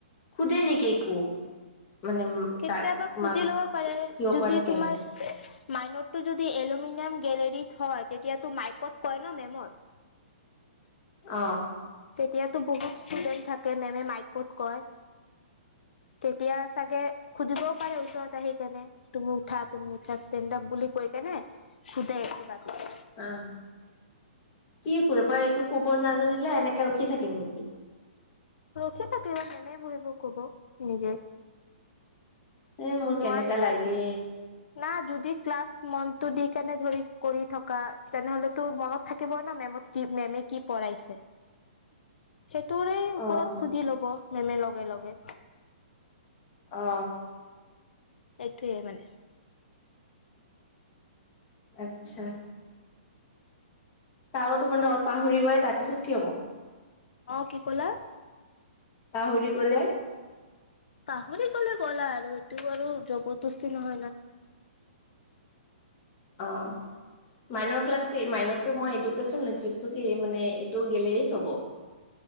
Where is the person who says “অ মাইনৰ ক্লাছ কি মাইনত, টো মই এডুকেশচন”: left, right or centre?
Left